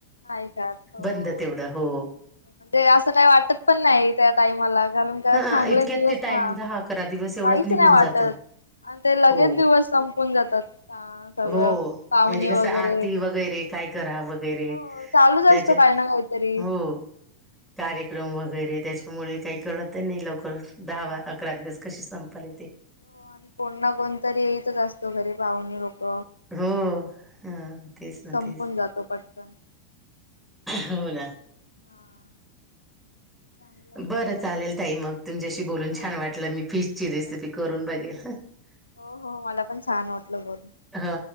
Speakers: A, on the left; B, in the centre.
A: नाही खात हो
B: बंद तेवढ. हो
A: म्हणजे अस काही वाटत पण नाही त्या टाइमाला कारण का
B: हा
A: चांगले
B: इतक्यात
A: दिवस
B: ते टाइम
A: हा
B: दहा अकरा दिवस एवढ्यात
A: काहीच
B: निघून
A: नाही वाटत
B: जात
A: आणि ते लगेच
B: हो
A: दिवस संपून जातात. सगळं
B: हो
A: पाहुणे
B: म्हणजे कस
A: वगैरे
B: आरती
A: काम
B: वगैरे. काय करा वगैरे
A: हो चालूच
B: त्याच्यात.
A: असतो काही ना काहीतरी.
B: हो कार्यक्रम वगैरे त्याच्यामुळे काही कळत कळत ही नाही लवकर दहा अकरा दिवस कशी संपाले ते.
A: हो कोण ना कोणतरी येेतच असतो घरी पाहुणे लोक.
B: हो ह तेच ना
A: संपून
B: तेच
A: जातो पटकन.
B: हो ना
A: हा
B: <inaudible>
A: चांगलं आहे म्हणजे
B: बर चालेल ताई मग तुमच्याशी बोलून
A: हो
B: छान
A: हो
B: वाटल मी फिशची
A: मला
B: रेसिपी करून बघेल.
A: हो हो मला पण छान वाटल बोलून.
B: हा